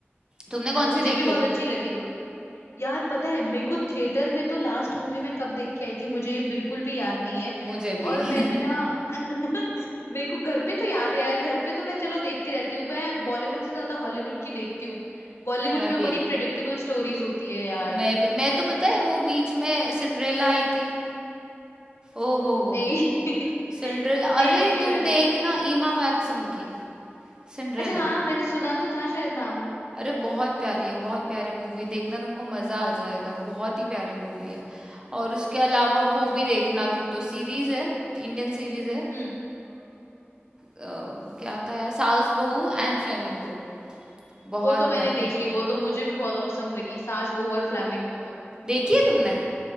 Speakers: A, on the right (about 20°); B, on the left (about 85°).
A: तुमने
B: है ना
A: कौन
B: मुझे
A: सी देखी
B: भी बहुत अच्छी लगी वो यार पता है मेरे को थिएटर में तो लास्ट मूवी मैं कब देख के आई थी मुझे ये बिल्कुल भी याद नहीं है
A: मुझे भी
B: और मैंने
A: <laughs>
B: ना <laughs> मेरे को घर पे तो याद है यार घर पे तो मैं चलो देखती रहती हूँ मैं बॉलीवुड से ज्यादा हॉलीवुड की देखती हूँ बॉलीवुड
A: मैं
B: में
A: भी
B: बड़ी प्रिडिक्टेबल स्टोरीज होती है यार
A: मैं भी मैं तो पता है वो बीच में सिंड्रेला आई थी ओ हो हो
B: नहीं
A: हो
B: <laughs>
A: सिंड्रेला
B: ये नहीं
A: अरे
B: देखी
A: तुम
B: मैंने
A: देखना ईमा वैटसन की सिंड्रेला
B: अच्छा हाँ मैंने सुना तो था शायद नाम
A: अरे बहुत प्यारी है बहुत प्यारी मूवी देखना तुमको मजा आ जाएगा बहुत ही प्यारी मूवी है और उसके अलावा वो भी देखना तुम तो सीरीज है इंडियन सीरीज है आ,
B: हम्म
A: क्या था यार सास बहू एंड फ्लेमिंगो बहुत
B: वो तो मैंने
A: प्यारी
B: देख
A: है
B: ली वो तो मुझे भी बहुत औसम लगी सास बहू और फ्lamingo तो
A: देखी है तुमने